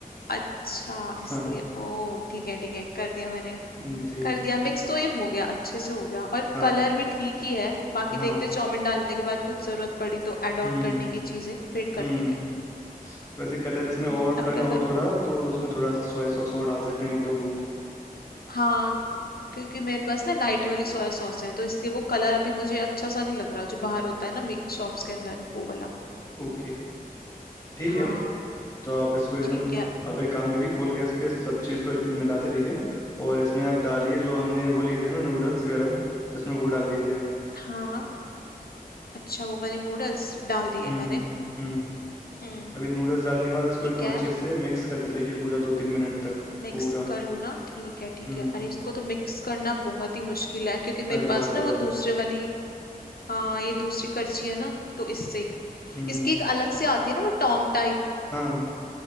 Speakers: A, on the left; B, on the left.
A: अच्छा
B: हाँ
A: इसलिए ओ ठीक है ठीक है कर दिया मैंने
B: हम्म, ठीक
A: कर
B: है
A: दिया मिक्स तो ये हो गया अच्छे से हो गया और
B: हाँ
A: कलर भी ठीक ही है बाकी
B: हाँ
A: देखते चाउमीन डालने के बाद कुछ जरूरत पड़ी तो ऐड
B: हम्म
A: ऑन करने की चीजें फिट
B: हम्म
A: कर लेंगे
B: वैसे कलर इसमें
A: हम्म
B: और
A: अब
B: करना
A: क्या
B: हो
A: करूं
B: थोड़ा तो इसमें थोड़ा सा सोया सॉस और डाल सकते हैं एक दो बूंद
A: हाँ क्योंकि मेरे पास ना लाइट वाली सोया सॉस है तो इसलिए वो कलर अभी मुझे अच्छा सा नहीं लग रहा जो बाहर होता है ना शॉप्स के अंदर वो वाला
B: ओके ठीक
A: हाँ
B: है तो आप इसको एकदम
A: ठीक है
B: अब एक काम करिए फुल गैस पे सब चीज़ को एक मिलाते रहिए और इसमें आप डालिए जो हमने वो लिए थे ना नूडल्स गरम इसमें वो डाल दीजिए
A: हाँ अच्छा वो वाले नूडल्स डाल दिए
B: हम्म
A: मैंने
B: हम्म
A: हम्म
B: अभी नूडल्स डालने के बाद इसको
A: ठीक
B: एकदम
A: है
B: अच्छे से मिक्स करते रहिए पूरा दो तीन मिनट तक
A: मिक्स
B: पूरा
A: कर लूँ ना ठीक है ठीक
B: हम्म
A: है अरे इसको तो मिक्स करना बहुत ही मुश्किल है क्योंकि मेरे
B: अरे
A: पास
B: बहुत ज्यादा
A: ना वो दूसरे वाली हाँ ये दूसरी करछी है ना तो इससे
B: हम्म
A: इसकी एक अलग से आती है ना वो टोंग टाइप
B: हाँ